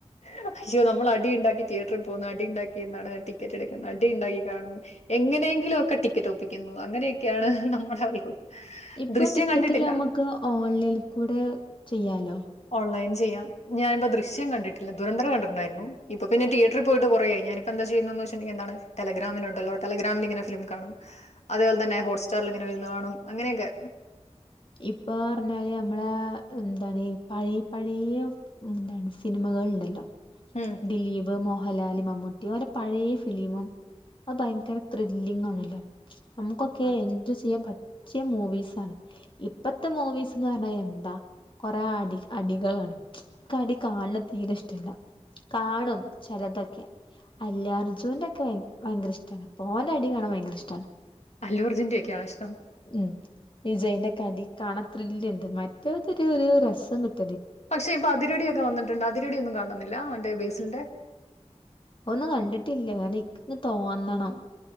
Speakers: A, on the left; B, on the left.
A: <unintelligible> നമ്മൾ അടി ഉണ്ടാക്കി തിയേറ്ററിൽ പോകുന്നു അടി ഉണ്ടാക്കി എന്താണ് ടിക്കറ്റ് എടുക്കുന്നത് അടി ഉണ്ടാക്കി കാണുന്നു എങ്ങനെ ങ്കിലും ഒക്കെ ടിക്കറ്റ് ഒപ്പിക്കുന്നു. അങ്ങനെയൊക്കെയാണ് നമ്മുടെ വൈബ്
B: ഇപ്പൊ
A: ദൃശ്യം
B: ടിക്കറ്റ്
A: കണ്ടിട്ടില്ല
B: ഒക്കെ ഞമ്മക്ക് ഓൺലൈനിൽ കൂടെ ചെയ്യാലോ?
A: ഓൺലൈൻ ചെയ്യാം. ഞാനിപ്പ ദൃശ്യം കണ്ടിട്ടില്ല. ദുരന്തർ കണ്ടിട്ട്ണ്ടായിരുന്നു ഇപ്പ പിന്ന തിയേറ്ററി പോയിട്ട് കുറേയായി ഞാനിപ്പന്ത ചെയ്യുന്നന്ന് വച്ചിട്ടുണ്ടങ്കി എന്താണ് ടെലഗ്രമില്ണ്ടല്ലോ ടെലഗ്രാമിലിങ്ങനെ ഫിലിം കാണും അതെപോലെ തന്നെ ഹോട്സ്റ്റാറിലിങ്ങനെ വരുന്ന കാണും അങ്ങനെയൊക്കെ
B: ഇപ്പൊ പറഞ്ഞാല് നമ്മള എന്താണ് പഴയ പഴയ എന്താണ് സിനിമകൾ ഉണ്ടല്ലോ?
A: ഉം.
B: ദിലീപ് മോഹ ഹലാല് മമ്മൂട്ടി ഓലെ പഴയ ഫിലിമും അത് ഭയങ്കര ത്രില്ലിങ്ങണല്ലോ. നമുക്കൊക്കെ
A: ആ,
B: എൻജോ ചെയ്യാൻ പറ്റിയ മൂവീസാണ്. ഇപ്പത്തെ മൂവീസ് ന്ന് പറഞ്ഞാ എന്താ കൊറെ അടി അടികളാണ്. കടി കാണണ തീരെ ഇഷ്ടല്ല കാണും ചിലതൊക്കെ. അല്ല അർജുവിൻന്റെക്കെ ഭയങ്കര ഇഷ്ടമാണ് പോന്റെ അടി കാണാൻ ഭയങ്കര ഇഷ്ടണ്.
A: അലോർജന്റയ ഒക്കെയാണ്ശ
B: ഉം വിജയിന്റെ കടി കാണാൻ ത്രില്ല്ണ്ട്. മറ്റേതൊരു ഒരു രസം കി
A: പക്ഷെ ഇപ്പൊ അതിരടൊക്കെ വന്നിട്ടുണ്ട് അതിരടൊന്നു കാണുന്നില്ല എന്റെ ബേസിന്റെ
B: ഒന്നും കണ്ടിട്ടില്ലേ കാരണം ഇ തോന്നണം.